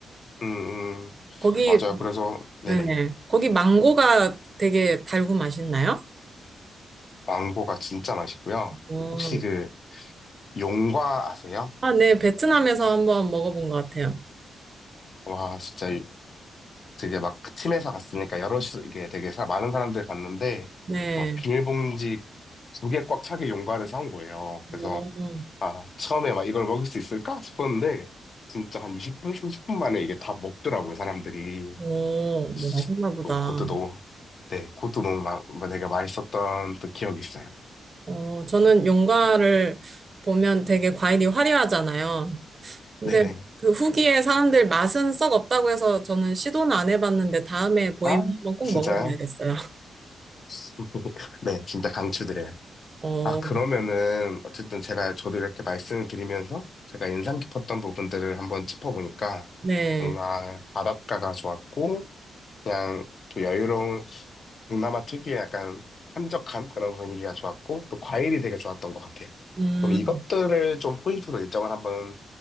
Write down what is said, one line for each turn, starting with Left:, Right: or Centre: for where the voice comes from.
Left: 음, 음,
Right: 거기
Left: 맞아요. 그래서, 네네.
Right: 네네. 거기 망고가 되게 달고 맛있나요?
Left: 망고가 진짜 맛있고요.
Right: 어.
Left: 혹시 그, 용과 아세요?
Right: 아, 네. 베트남에서 한번 먹어본 것 같아요.
Left: 와, 진짜 되게 막 팀에서 갔으니까 여럿이 이게 되게 사- 많은 사람들이 갔는데
Right: 네.
Left: 막 비닐봉지 두 개 꽉 차게 용과를 사온 거예요.
Right: 오,
Left: 그래서 아 처음에 막 이걸 먹을 수 있을까 싶었는데 진짜 한 20분, 30분 만에 이게 다 먹더라고요 사람들이.
Right: 오, 뭐
Left: 씨,
Right: 맛있나 보다.
Left: 또 그것도 너무 네 그것도 너무 막 되게 맛있었던 또 기억이 있어요.
Right: 어, 저는 용과를 보면 되게 과일이 화려하잖아요. 근데
Left: 네네.
Right: 그 후기에 사람들 맛은 썩 없다고 해서 저는 시도는 안 해봤는데 다음에 보이면
Left: 아
Right: 한번 꼭
Left: 진짜요?
Right: 먹어봐야겠어요. <laughs>
Left: <laughs> 네 진짜 강추드려요.
Right: 어,
Left: 아, 그러면은, 어쨌든 제가, 저도 이렇게 말씀을 드리면서 제가 인상 깊었던 부분들을 한번 짚어보니까
Right: 네.
Left: 뭔가 바닷가가 좋았고, 그냥 또 여유로운 동남아 특유의 약간 한적한 그런 분위기가 좋았고, 또 과일이 되게 좋았던 것 같아요.
Right: 음,
Left: 그럼 이것들을 좀 포인트로 일정을 한번